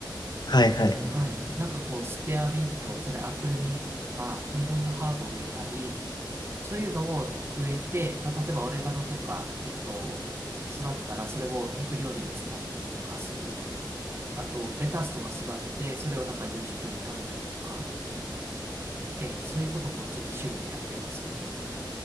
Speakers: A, on the left; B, on the right.
A: はいはい。
B: はい。なんかこう、スペアミントじゃない、アップルミントとか、まあ、いろんなハーブを植えたり、そういうのを植えて、まあ、例えばオレガノとか、えっと、育ったらそれを肉料理に使ったりとかする。あと、レタスとか育てて、それをなんか夕食に食べたりとか、ええ、そういうこともちょっと趣味でやってます。